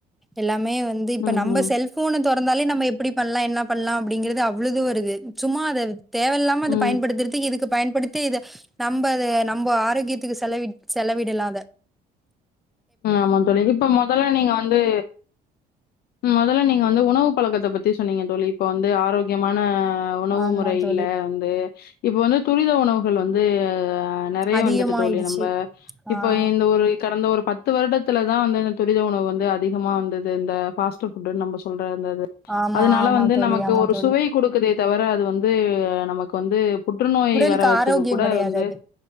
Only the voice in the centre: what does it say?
எல்லாமே வந்து இப்ப
நம்ம
செல்ப் ஃபோன தொறந்தாலே நம்ம எப்பிடி பண்ணலா என்ன பண்ணலா அப்படிங்கிறது அவ்ளோது வருது சும்மா அத தேவல்லா
பயன்படுத்துறதுக்கு இதுக்கு பயன்படுத்தி இத நம்ம அத நம்ம ஆரோக்கியத்துக்கு செலவி செலவிடலாத
ஆமா
தோழி
அதிகமாயிடுச்சு
ஆ
ஆமா
ஆமா
தோழி
ஆமா
தோழி
உடலுக்கு
ஆரோக்கியம்
கெடையாது
அது